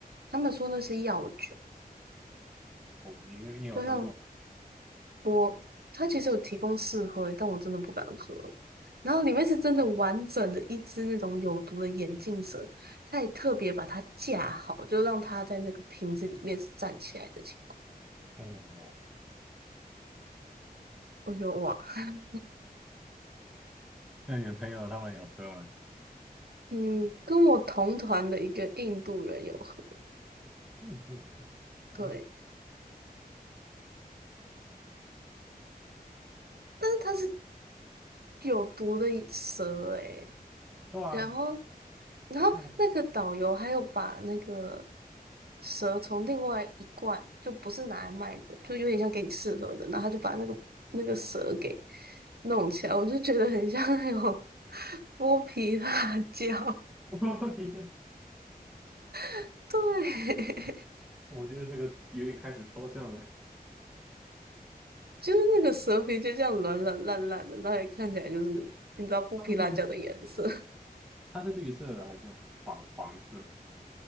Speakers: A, on the right; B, in the centre.
A: 他们说那是药酒，
B: 哦，你你有喝过吗？
A: 就像我，他其实有提供试喝，但我真的不敢喝。然后里面是真的完整的一只那种有毒的眼镜蛇，他也特别把它架好，就让它在那个瓶子里面是站起来的情
B: 哦，
A: 我就哇，<laughs>
B: 那你的朋友他们有喝吗？
A: 嗯，跟我同团的一个印度人有合，
B: 印度的啊，
A: 对，但是他是有毒的蛇诶，
B: 对啊，
A: 然后，然后那个导游还有把那个
B: 那我
A: 蛇从另外一罐，就不是拿来卖的，就有点像给你试喝的，然后他就把那个那个蛇给弄起来，我就觉得很像那种 <laughs> 剥皮辣椒，
B: <laughs>
A: <laughs> 对。
B: 我觉得这个有点开始抽象了。
A: 就是那个蛇皮就这样软软烂烂的，那也看起来就是你知道剥皮辣椒的颜色。
B: 它是绿，
A: <laughs>
B: 它是绿色的还是黄黄色